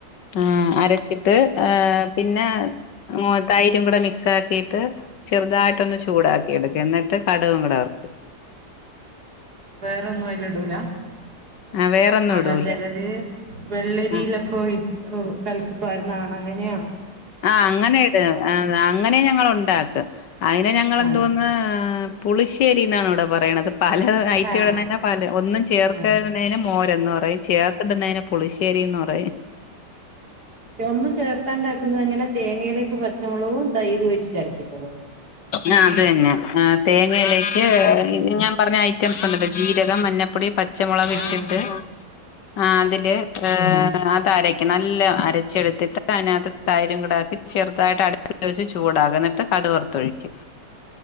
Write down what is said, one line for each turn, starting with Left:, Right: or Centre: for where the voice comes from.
Left: ആഹ് അരച്ചിട്ട് ആഹ് പിന്നെ തൈരും കൂടെ മിക്സ് ആ ക്കിയിട്ട് ചെറുതായിട്ടൊന്ന് ചൂടാക്കി എടുക്കും എന്നിട്ട് കടുകും കൂടെ വറുക്കും
Right: വേറൊന്നും അയ്ലിടൂല
Left: ആ വേറൊന്നും
Right: അത
Left: ഇടൂല
Right: ചെലര് വെള്ളരിലൊക്കൊയി
Left: ആഹ്
Right: ക്ക്‌ കൽക്കി പാരുന്നേ കാണാ അങ്ങനെയൊ
Left: ആഹ് അങ്ങനെ ഇടും അങ്ങനെ ഞങ്ങള് ഒണ്ടാക്ക് അയ്നെ ഞങ്ങളെന്തോന്ന്
Right: ആഹ്
Left: പുളിശ്ശേരി ന്നാണ് ഇവിടെ പറയണത് പല ഐറ്റ
Right: ആഹ്
Left: ഇടുന്നേ പല ഒന്നും ചേർക്കരുന്നേന്
Right: ആഹ്
Left: മോരന്ന് പറയും ചേർത്തിടുന്നേനെ പുളിശ്ശേരിന്ന് പറയും
Right: ഒന്നും ചേർത്താണ്ടാക്കുന്നത് എങ്ങനെ തേങ്ങയില് പച്ചമുളകും തൈര് ഒഴിച്ചിട്ടരയ്ക്കുന്നതോ
Left: ആഹ് അത് തന്നെ തേങ്ങയിലേക്ക്
Right: ആഹ്
Left: ഞാൻ പറഞ്ഞ ഐ റ്റംസണ്ടല്ലോ ജീരകം, മഞ്ഞപ്പൊടി, പച്ചമുളക്
Right: ആഹ്
Left: ഇട്ടിട്ട് ആഹ് അതില് അത് അരക്കും നല്ല അരച്ചെടുത്തിട്ട് അതിനകത് തൈരും കൂടാക്കി ചെറുതായിട്ട് അടുപ്പത്ത് വെച്ച്ചൂടാകും എന്നിട്ട് കടു വറുത്തൊഴിക്കും